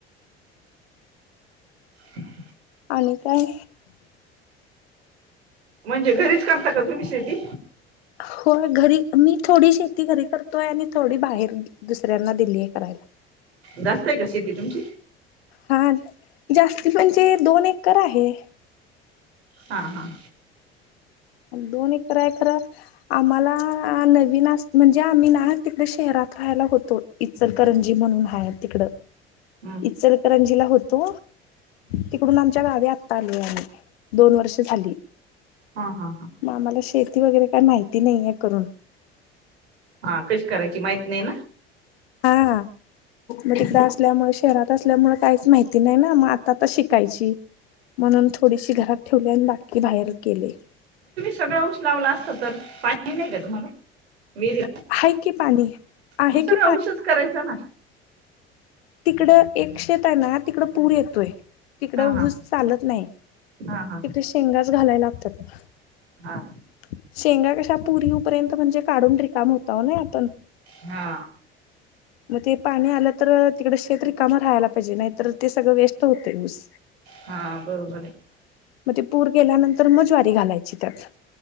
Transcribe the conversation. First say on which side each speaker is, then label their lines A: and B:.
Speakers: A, on the right; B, on the left.
A: <inaudible>
B: आणि काय?
A: म्हणजे घरीच करता का तुम्ही शेती?
B: होय घरी मी थोडी शेती घरी करतोय आणि थोडी बाहेर दुसऱ्यांना दिलीय करायला.
A: जास्त आहे का शेती तुमची?
B: हां जास्ती म्हणजे दोन एकर आहे.
A: हां हां.
B: दोन एकर आहे खरं आम्हाला नवीन अस म्हणजे आम्ही ना तिकडे शहरात राहायला होतो, इचलकरंजी म्हणून आहे तिकडं
A: हम्म.
B: इचलकरंजीला होतो तिकडून आमच्या गावी आता आलो आम्ही दोन वर्ष झाली.
A: हा हा हा
B: मामला शेेत वगैरे काय माहिती नाही आहे करून.
A: हा कशी करायची माहित नाही ना?
B: हा हा मग
A: हम्म.
B: तिकड असल्यामुळे शहरात असल्यामुळे काहीच माहिती नाही ना, मग आता तर शिकायची म्हणून थोडीशी घरात ठेवली आणि बाकी बाहेर केले.
A: सगळ ऊस लावला असत तर पाणी नाही का तुम्हाला विहरीत
B: हाय क पाणी. आहे
A: मग सगळ
B: की
A: ऊसच करायचं ना.
B: तिकड एक शेत आहे ना, तिकड पूर येतोय. तिकड
A: हा हा
B: ऊस चालत नाही
A: हा हा
B: तिकडे शेंगच घालायला <inaudible>
A: हा
B: शेंगा कशा पुरीपर्यंत म्हणजे काढून रिक काम होत ना आपण.
A: हा.
B: मग तेपाणी अल तर तिकडं शेत रिकाम राहायला पाहिजे नाहीतर, सगळं वेस्ट होतोय ऊस.
A: हा बरोबर आहे
B: मग ते पूर गेल्यानंतर मग ज्वारी घालायची. त्याचच